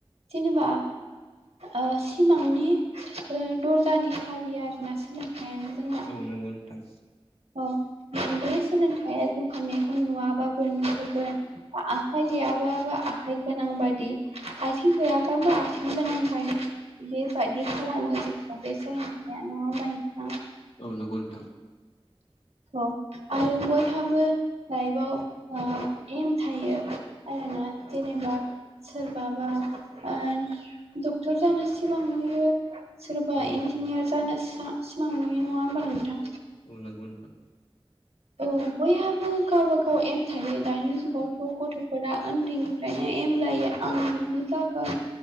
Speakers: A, on the right; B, on the left.
A: जेनेबा ओ सिमांनि ओ दरजानि साबिया आरोना सोलोंथाइयानो जों
B: औ नोंगौ नोंथां।
A: औ नों बे सोलोंथाइआ जौगानायखौ नुवाबाबो नुहोगोन आखाइ गैयाबाबो आखाइ गोनां बादि आथिं गैयाबाबो आथिं गोनां बाय बेबायदि खालामो जोंखौ बे सोलोंथाया नङा होमबा नोंथां।
B: औ नंगौ नोंथां।
A: औ आरो बयहाबो लाइफआव ओ एम थायो। आरोना जेनेबा सोरबाबा ओ डक्टर जानो सिबां नुयो सोरबा
B: औ
A: इन्जिनियार
B: औ
A: जानो सा सिमां नुयो नङा होमबा नोंथां?
B: औ नोंगौ नोंथां।
A: औ बयहाबो गावबा गाव एम थायो दानि जुगावथ' गथ'फोरा ओन्दै फ्रायनो एम लायो आं बिदि जागोन